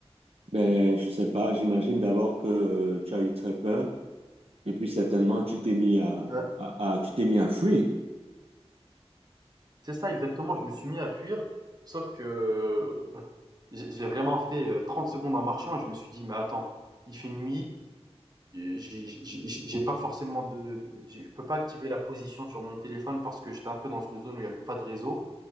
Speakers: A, on the right; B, on the right.
A: Ben, je sais pas, j'imagine d'abord que euh, tu as eu très peur. Et puis certainement, tu t'es mis à,
B: Ouais.
A: à- à- tu t'es mis à fuir.
B: C'est ça exactement, je me suis mis à fuir, sauf que euh, <laughs> j'ai j'ai vraiment fait, heu, 30 secondes en marchant et je me suis dit: «Mais attends, il fait nuit, j'ai j'ai j'ai j'ai pas forcément de de je peux pas activer la position sur mon téléphone parce que j'étais un peu dans une zone où il y avait pas de réseau».